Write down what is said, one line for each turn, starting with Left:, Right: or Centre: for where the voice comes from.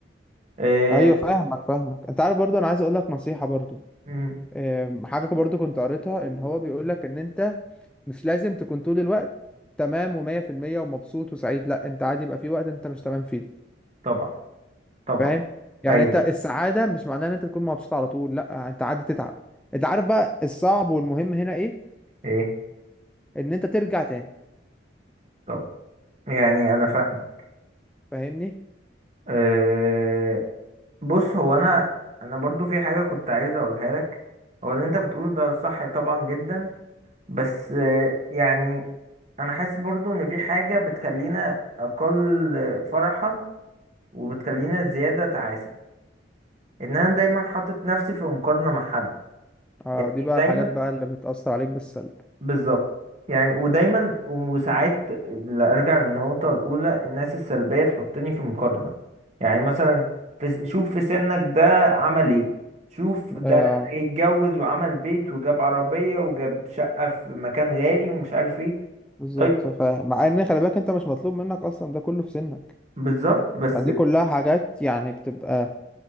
Right: آه،
Centre: ايوه فاهمك فاهمك انت عارف برضو انا عايز اقول لك نصيحة برضو
Right: مم،
Centre: آم، حاجة برضو كنت قريتها ان هو بيقول لك ان انت مش لازم تكون طول الوقت تمام ومية في المية ومبسوط وسعيد لا انت عادي يبقى في وقت انت مش تمام فيه
Right: طبعا طبعا
Centre: فاهم يعني
Right: ايوه
Centre: انت السعاده مش معناها ان انت تكون مبسوط على طول لا انت عادي تتعب انت عارف بقى الصعب والمهم هنا ايه
Right: ايه
Centre: ان انت ترجع تاني
Right: طبعا يعني انا فاهمك
Centre: فاهمني
Right: آه، بص هو انا انا برضو في حاجة كنت عايز اقولها لك هو اللي انت بتقوله ده صح طبعا جدا بس آه، يعني انا حاسس برضو ان في حاجة بتخلينا اقل فرحا وبتخلينا زيادة تعاسة ان انا دايما حاطط نفسي في مقارنة مع حد
Centre: اه
Right: يعني
Centre: دي بقى
Right: دايما
Centre: الحاجات بقى اللي بتأثر عليك بالسلب
Right: بالظبط يعني ودايما وساعات ل- ارجع للنقطة الاولى الناس السلبية تحطني في مقارنة يعني مثلا في س- شوف في سنك ده عمل ايه شوف ده
Centre: اه
Right: اتجوز وعمل بيت وجاب عربية وجاب شقة في مكان غالي ومش عارف ايه
Centre: بالظبط
Right: طيب
Centre: فاهم مع ان خلي بالك انت مش مطلوب منك اصلا ده كله في سنك
Right: بالظبط بس
Centre: دي كلها حاجات يعني بتبقى